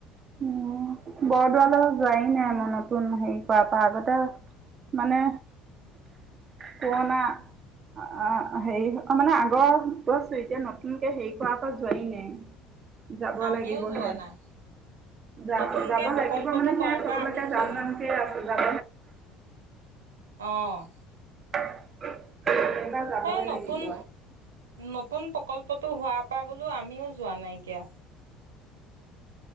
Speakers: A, on the right (about 35°); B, on the right (about 80°).
A: ঙ, বৰদোৱালৈ, যোৱাই নাই মনত নতুন হেৰি কৰাৰ পৰা আগতে মানে পুৰণা আহ হেৰি মানে আগৰ কছো এতিয়া নতুনকে হেৰি কৰাৰ পৰা যোৱাৰি নাই। যাব
B: আমিও
A: লাগিবহে,
B: যোৱা নাই
A: যাব
B: নতুনকে
A: যাব
B: প্ৰকল্পটো
A: লাগিব মানে সে
B: কৰাৰ
A: চবলৈকে
B: পৰা আমিও
A: যাম
B: যোৱা নাই
A: জামকে আছে। যাব
B: অঁ!
A: <inaudible>
B: সেই নতুন
A: লাগিব।
B: নতুন প্ৰকল্পতো হোৱা পাবলৈও আমিও যোৱা নাইকিয়া।